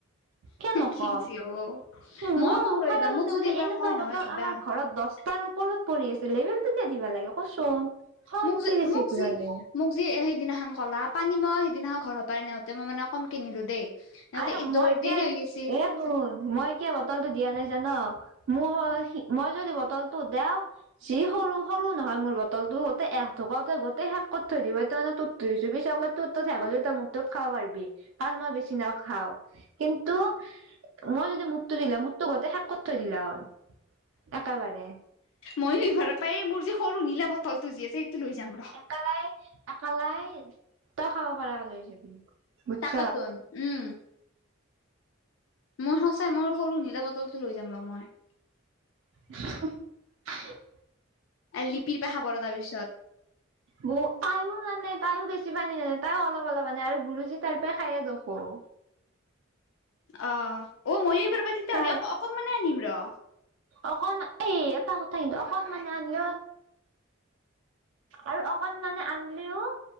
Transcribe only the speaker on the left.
খিংচি হ'ব
মই ক'ম
ৰ এইবাৰ
মোক যদি
এইবাৰ
কয় নহয়
কিবা
<inaudible>
মোক
যি,
মোক
যি,
মোক যি সেইদিনাখন কলা পানী মই সেইদিনাখন ঘৰৰ পৰাই নেওঁতে মই মানে কমকে নিলো দেই। নেওঁতে
ই দৌ
দেৰি
হৈ গৈছে
মইয়ো এইবাৰ পাই মোৰ যে সৰু নীলা বটলটো যি আছে লৈ যাম ৰ'।
তাকেতোন উম। মোৰ সঁচাই মোৰ সৰু নীলা বটলতটো লৈ যাম ৰ' মই।
লিপিৰ পে খাব ৰ' তাৰপিছত।
অহ, অহ মইয়ো এইবাৰৰ
তেতিয়াহ'লে
অকনমানে আনিম ৰ'।